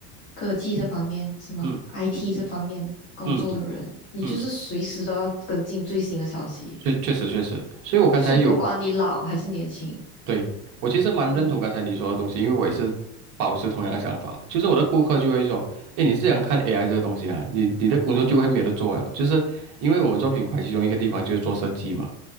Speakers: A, on the left; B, on the right.
A: 科技这方面是吗？IT
B: 嗯
A: 这方面工作的人，
B: 嗯
A: 你就是随时都要跟进最新的消息，
B: 嗯，确确实确实，所以我刚才有，
A: 所以不管你老还是年轻，
B: 对，我其实蛮认同刚才你说的东西，
A: 嗯，
B: 因为我也是保持同样的想法，就是我的顾客就会说，哎，你是想看 AI 这个东西啊，你你的工作就会没有得做了，就是因为我们做品牌，其中一个地方就是做设计嘛，